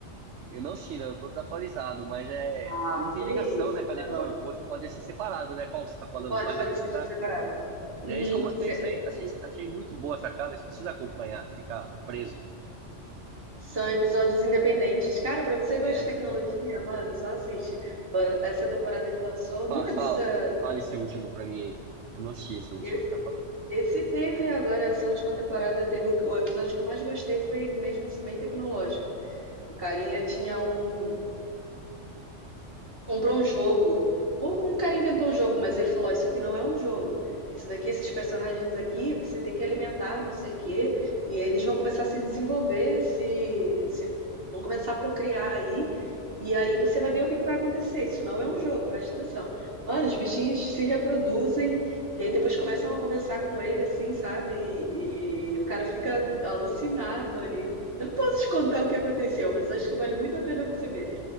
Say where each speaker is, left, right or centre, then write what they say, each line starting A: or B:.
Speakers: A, on the right; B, on the right.
A: Eu não assisti, né? Eu tô desatualizado, mas é.
B: Ah,
A: Não tem
B: que
A: ligação,
B: isso,
A: né? Cada
B: não.
A: episódio com o outro. Você pode assistir separado, né? Qual que você tá falando?
B: Pode,
A: Fale
B: pode
A: pra mim
B: assistir
A: que dá.
B: separada.
A: Né?
B: Uhum.
A: Isso que eu gostei
B: Cê-
A: disso aí. Achei, achei muito boa a sacada. Isso não precisa acompanhar, fica preso.
B: São episódios independentes. Cara, pra você
A: É.
B: que gosta de tecnologia, mano, só assiste. Pô, Essa temporada que lançou,
A: Fala,
B: nunca
A: fala,
B: diz. ah,
A: fala esse último pra mim aí. Eu não assisti esse último
B: Esse,
A: que tá falando.
B: esse teve agora, essa última temporada, teve o, o episódio que eu mais gostei, foi mesmo assim, bem tecnológico. O carinha tinha um. comprou um jogo. Ou um cara inventou um jogo, mas ele falou: "Ó, Isso aqui não é um jogo. Esse daqui, esses personagens aqui, você tem que alimentar, não sei o quê. E eles vão começar a se desenvolver, se, se vão começar a procriar aí. E aí você vai ver o que que vai acontecer. Isso não é um jogo, presta atenção. Mano, os bichinhos se reproduzem e aí depois começam a conversar com ele, assim, sabe? E, e o cara fica alucinado ali. Eu não posso te contar o que aconteceu, mas acho que vale muito a pena você ver.